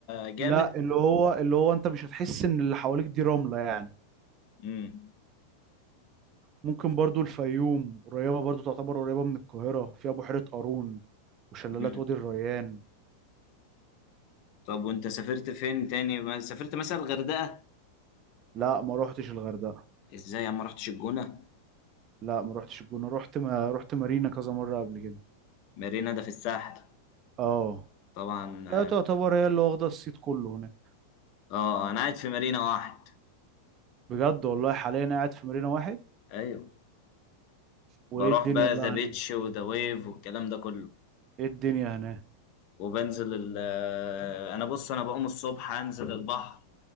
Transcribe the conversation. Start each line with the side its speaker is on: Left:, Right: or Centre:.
Left: جامد
Right: لا اللي هو اللي هو انت مش هتحس ان اللي حواليك دي رملة يعني
Left: امم
Right: ممكن برضو الفيوم قريبة برضو تعتبر قريبة من القاهرة فيها بحيرة قارون وشلالات
Left: امم
Right: وادي الريان
Left: طب وانت سافرت فين تاني ما سافرت مثلا الغردقة
Right: لا ما روحتش الغردقة
Left: ازاي انا ما رحتش الجونة
Right: لا ما روحتش الجونة رحت ما رحت مارينا كذا مرة قبل كده
Left: مارينا ده في الساحل
Right: اه
Left: طبعا اه
Right: لا تعتبر هي اللي واخدة الصيت كله هناك
Left: آه، انا قاعد في مارينا واحد
Right: بجد والله حاليا قاعد في مارينا واحد
Left: ايوه
Right: وايه
Left: بروح
Right: الدنيا
Left: بقى
Right: بقى
Left: ذا بيتش
Right: هناك
Left: وذا ويف والكلام ده كله
Right: ايه الدنيا هناك
Left: وبنزل ال آه، انا بص انا بقوم الصبح انزل البحر